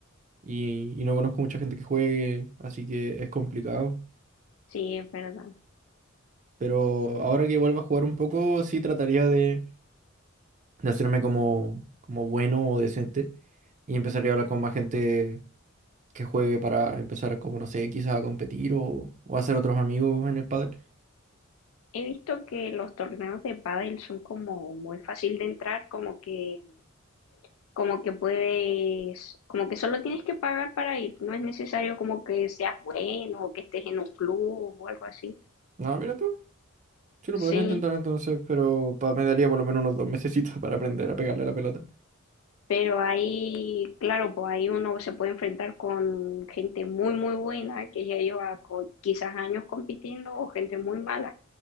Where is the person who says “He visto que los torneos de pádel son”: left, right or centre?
Left